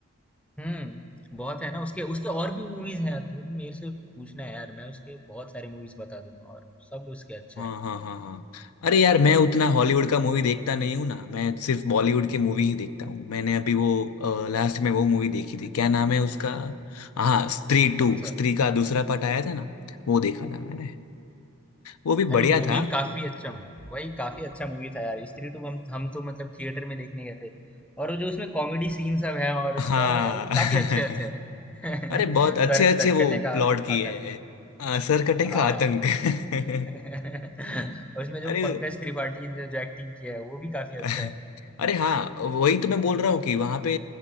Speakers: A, in the centre; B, on the left.
A: हम्म बहुत है ना उसके उसके और भी मूवीज हैं तुम मेरे से पूछना है यार मैं उसके बहुत सारे मूवीज बता दूंगा और सब उसके अच्छे
B: हाँ
A: हैं
B: हाँ हाँ हाँ अरे यार मैं उतना हॉलीवुड का मूवी देखता नहीं हूँ ना मैं सिर्फ बॉलीवुड के मूवी ही देखता हूँ मैंने अभी वो लास्ट में वो मूवी देखी थी क्या नाम है उसका हाँ स्त्री टू
A: कौन सा
B: स्त्री का दूसरा पार्ट आया था ना वो देखा था मैंने वो भी
A: अरे
B: बढ़िया
A: वो
B: था
A: भी काफी अच्छा वही काफी अच्छा मूवी था यार स्त्री टू हम हम तो मतलब थिएटर में देखने गए थे और वो जो उसमें कॉमेडी सीन सब है और उसका
B: हाँ
A: वो यार वो
B: <laughs>
A: काफी अच्छे अच्छे हैं
B: अरे बहुत अच्छे
A: <laughs> सर
B: अच्छे
A: सरकटे
B: वो
A: का
B: प्लॉट किए
A: आकंत
B: हैं आ, सरकटे
A: हाँ
B: का आतंक
A: <laughs>
B: <laughs>
A: और उसमें जो
B: अरे
A: पंकज त्रिपाठी ने जो एक्टिंग किया है वो भी काफी
B: <laughs>
A: अच्छा है
B: अरे हाँ वही तो मैं बोल रहा हूँ कि वहां पे